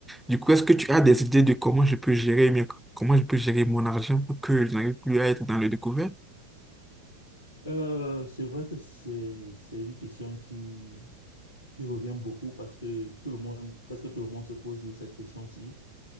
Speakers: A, in the centre; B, on the left.
A: Du coup, est-ce que tu as des idées de comment je peux gérer, mes- comment je peux gérer mon argent pour que je n'arrive plus à être dans le découvert?
B: Euh, c'est vrai que c'est c'est une question qui qui revient beaucoup parce que tout le monde presque tout le monde se pose sur cette question-ci.